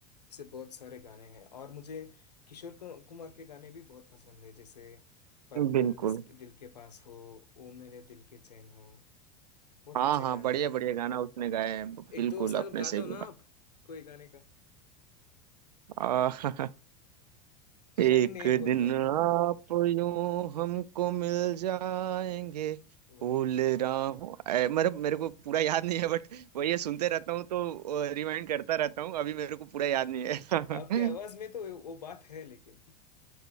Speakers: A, on the left; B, on the right.
A: ऐसे बहुत सारे गाने हैं और मुझे किशोर कु- कुमार के गाने भी बहुत पसंद है जैसे पल पल
B: बिल्कुल
A: दिस- दिल के पास हो ओ मेरे दिल के चैन हो बहुत
B: हाँ
A: अच्छे
B: हाँ
A: गाने
B: बढ़िया बढ़िया गाना उसने गाए हैं बिल्कुल
A: एक दो साल
B: आपने
A: गा
B: सही
A: दो
B: बोला
A: ना आप कोई गाने का
B: आ, <laughs> एक
A: शाही नहीं हो
B: दिन
A: तो
B: आप यूं हमको मिल जाएंगे
A: वाह
B: फूल राहों ऐ, मतलब मेरे को पूरा याद नहीं है बट वही है सुनते रहता हूँ तो रिमाइंड करता रहता हूँ अभी मेरे
A: <laughs>
B: को पूरा याद नहीं है
A: आपके आवाज
B: <laughs>
A: में तो वो बात है लेकिन